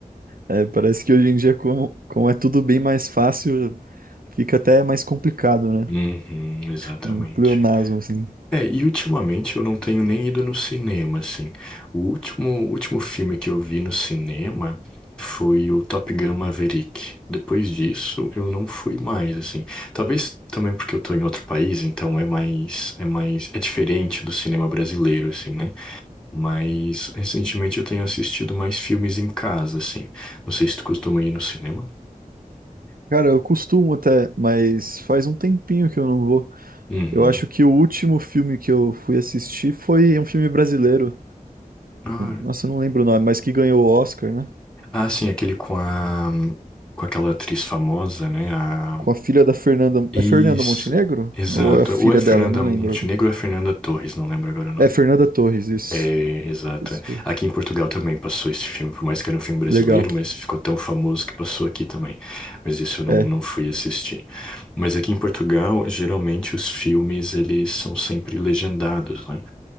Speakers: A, on the right (about 85°); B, in the centre.
A: É, parece que hoje em dia, como, como é tudo bem mais fácil, fica até mais complicado, né?
B: Uhum, exatamente.
A: Um pleonasmo, assim.
B: É, e ultimamente eu não tenho nem ido no cinema, assim. O último, último filme que eu vi no cinema foi o Top Gun Maverick. Depois disso, eu não fui mais, assim. Talvez também porque eu tô em outro país, então é mais, é mais, é diferente do cinema brasileiro, assim, né? Mas recentemente eu tenho assistido mais filmes em casa, assim. Não sei se tu costuma ir no cinema.
A: Cara, eu costumo até, mas faz um tempinho que eu não vou.
B: Uhum.
A: Eu acho que o último filme que eu fui assistir foi um filme brasileiro.
B: Ah, é.
A: Nossa, eu não lembro o nome, mas que ganhou o Oscar, né?
B: ah, sim, aquele com a, com aquela atriz famosa, né? A
A: Com a filha da Fernanda.
B: Isso,
A: É Fernanda Montenegro?
B: exato.
A: Ou é a filha
B: Ou é Fernanda
A: dela? Não
B: Montenegro
A: lembro. agora.
B: ou é Fernanda Torres, não lembro agora o nome.
A: É Fernanda Torres, isso.
B: É, exato.
A: Isso.
B: Aqui em Portugal também passou esse filme, por mais que era um filme brasileiro,
A: Legal.
B: mas ficou tão famoso que passou aqui também. Mas isso eu não,
A: É,
B: não fui assistir. Mas aqui em Portugal, geralmente os filmes, eles são sempre legendados, né?